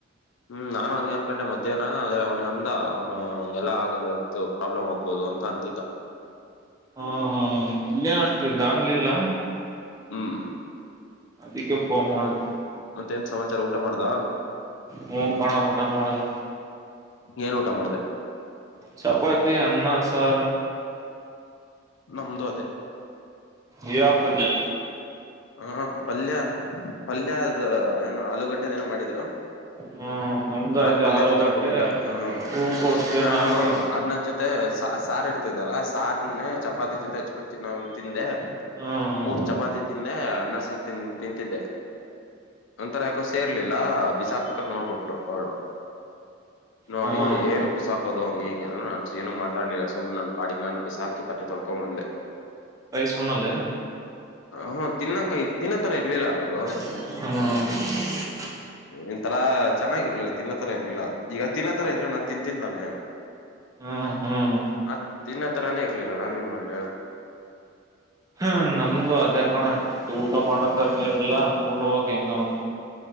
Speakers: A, on the left; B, on the right.
A: ಹ್ಮ್ ನಾನು ಹಂಗೆ ಅಂ ಕಡೆ ಮಧ್ಯಾಹ್ನ ಅದೆ ಅವ್ನ್ ಅಂದ ಅವ್ನು ಹಗೆಲ್ಲ ಆಗಲ್ಲ ಪ್ರಾಬ್ಲಮ್ ಆಗ್ಬೊದು ಅಂತ ಅಂತಿದ್ದ.
B: ಹಾ ಹಾ ಇಲ್ಲೇನ ಅಷ್ಟು ದಾನ್ಲಿಲ್ಲ
A: ಹ್ಮ್
B: ಅದಿಕ್ಕೆ ಫೋನ್ ಮಾಡ್ದೆ.
A: ಮತ್ತೇನ್ ಸಮಾಚಾರ ಊಟ ಮಾಡ್ದ
B: ಹೂ ಕಣೊ ಊಟ ಮಾಡ್ದೆ
A: ಏನ್ ಊಟ ಮಾಡ್ದೆ
B: ಚಪಾತಿ ಅನ್ನ ಸಾರು.
A: ನಮ್ದು ಅದೇ
B: ಇಯ ಪಲ್ಲೆ.
A: ಹಾ ಪಲ್ಯ ಪಲ್ಯ ಅದ್ ಏನೋ ಆಲೂಗಡ್ಡೆದ್ ಏನೋ ಮಾಡಿದ್ರು
B: ಹ್ಮ್ ನಮ್ದು
A: ನಾನ್
B: ಅದೇ
A: ಪಲ್ಯ
B: ಆಲೂಗಡ್ಡೆ
A: ತಿನ್ನಾಕ್ ಹೋಗ್ಲಿಲ್ಲ ಹ
B: ಹೂಕೋಸನ
A: ನಾನು
B: ಹಾಕಿ
A: ಅನ್ನದ್ ಜೊತೆ ಸ ಸಾರ್ ಇರ್ತೆದಲ್ಲ ಸಾರ್ನೆ ಚಪಾತಿ ಜೊತೆ ಹಚ್ಕೊಂಡ್ ತಿನೋ ಹಂಗ್ ತಿಂದೆ.
B: ಹ್ಮ
A: ಮೂರ್ ಚಪಾತಿ ತಿಂದೆ ಅನ್ನ ಸಾರ್ ತಿನ್ ತಿಂತಿದ್ದೆ. ಒಂತರ ಯಾಕೋ ಸೇರ್ಲಿಲ್ಲ ಬಿಸಾಕ್ ಕದ್ ನೋಡ್ಬಿಟ್ಳಲು ಅವ್ಳು ನೋಡಿ
B: ಹ್ಮ್
A: ಏನಕ್ ಬಿಸಾಕೋದು ಹಂಗೆ ಹಿಂಗೆ ಅನ್ದ್ಲು ನನ್ ಏನು ಮಾತಾಡಿಲ್ಲಾ ಸುಮ್ ನನ್ ಪಾಡಿಗೆ ನಾನ್ ಬಿಸಾಕ್ ಕಿ ತಟ್ಟೆ ತೊಳ್ಕೊಂಡ್ ಬಂದೆ.
B: ರೈಸ್ ಉಣ ಲೇನು.
A: ಹ್ಮ ಹು ತಿನ್ನಕ ತಿನ್ನೋತ್ತರ ಇರ್ಲಿಲ್ಲ ಅದು.
B: ಹ್ಮ್
A: ಒಂತರ ಚೆನ್ನಾಗಿರ್ಲಿಲ್ಲ ತಿನ್ನೋತರ ಇರ್ಲಿಲ್ಲ ಈಗ ತಿನ್ನೋತರ ಇದ್ರೆ ನಾನ್ ತಿಂತಿದ್ತಾನೆ
B: ಹ್ಮ್ ಹ್ಮ್
A: ಆ ತಿನ್ನ ತರಾನೇ ಇರ್ಲಿಲ್ಲ ನಾನ ಏನ್ ಮಾಡ್ಲಿ ಹೇಳು.
B: ಹ್ಮ ನಮ್ದು ಅದೇ ಕಣ ಊಟ ಮಾಡತರನೆ ಇರ್ಲಿಲ್ಲ. ಉಣ್ಣು ಹೋಗು ಹೆಂಗೋ ಒಂದು.